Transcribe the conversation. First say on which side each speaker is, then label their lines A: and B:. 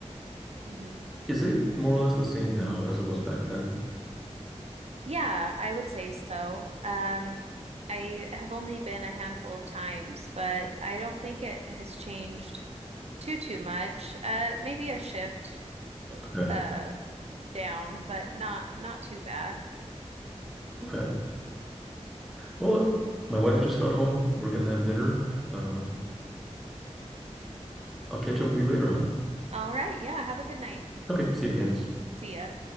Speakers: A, on the right; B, in the centre.
A: hmm
B: Is it more or less the same now as it was back then?
A: Yeah, I would say so. Um, I have only been a handful of times, but I don't think it has changed too too much. Uh, maybe a shift
B: Okay.
A: uh down, but not not too bad.
B: Okay. Well, my wife just got home. We're gonna have dinner. Um, I'll catch up with you later, huh?
A: All right. Yeah. Have a good night.
B: Okay. See you, Candace.
A: See ya.